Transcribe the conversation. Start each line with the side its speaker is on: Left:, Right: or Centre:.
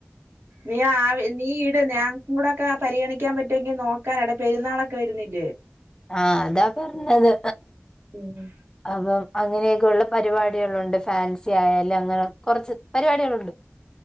Right: നീ ആവ്. നീ ഇട് ഞാ കൂടെക്കെ പരിഗണിക്കാ പറ്റൊങ്കി നോക്കാനാണ്. പെരുന്നാളൊക്കെ വരുന്നില്ലേ.
Left: ആഹ് അതാ പർഞ്ഞത്.
Right: ഉം
Left: അപ്പം അങ്ങനെയൊക്കെള്ള പരിപാടികളുണ്ട്. ഫാൻസി ആയാല് അങ്ങനെ കൊറച്ച് പരിപാടികളൊണ്ട്.